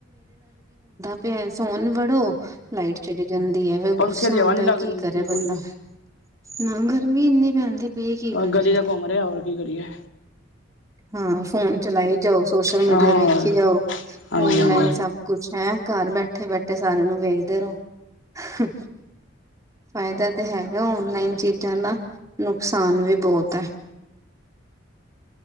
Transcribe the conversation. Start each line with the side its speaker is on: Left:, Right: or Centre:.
Right: ਤੇ ਹੈ ਸੋਨ ਵੜੋ, ਲਾਈਟ ਚਲੀ ਜਾਂਦੀ ਫਿਰ
Left: ਪੰਖੇ
Right: ਗੁੱਸਾ
Left: ਦੀ ਹਵਾ
Right: ਆਂਦਾ
Left: ਨੀ ਲੱਗ
Right: ਕੀ
Left: ਰਹੀ
Right: ਕਰੇ
Left: ਬਿਲਕੁਲ
Right: ਬੰਦਾ,
Left: ਵੀ
Right: ਨਾ ਗਰਮੀ ਏਨੀ ਪੈਂਦੀ ਪਈ ਕੀ
Left: ਆ,
Right: ਕਰੀਏ
Left: ਗਲੀ ਚ ਘੁੰਮ ਰਿਹਾ ਹੋਰ ਕੀ ਕਰੀਏ
Right: ਹਾਂ, ਫੋਨ ਚਲਾਈ ਜਾਓ ਸੋਸ਼ਲ ਮੀਡੀਆ
Left: ਹਾਂ
Right: ਵੇਖੀ ਜਾੳ।
Left: ਹਾਂਜੀ
Right: ਔਨਲਾਈਨ
Left: ਹਾਂਜੀ
Right: ਸਭ ਕੁੱਛ ਹੈ, ਘਰ ਬੈਠੇ ਇਥੇ ਬੈਠੇ ਸਾਰਿਆਂ ਨੂੰ ਵੇਖਦੇ ਰਹੋ। ਫਾਇਦਾ ਤੇ ਹੈਗਾ ਔਨਲਾਈਨ ਚੀਜ਼ਾਂ ਦਾ, ਨੁਕਸਾਨ ਵੀ ਬਹੁਤ ਹੈ।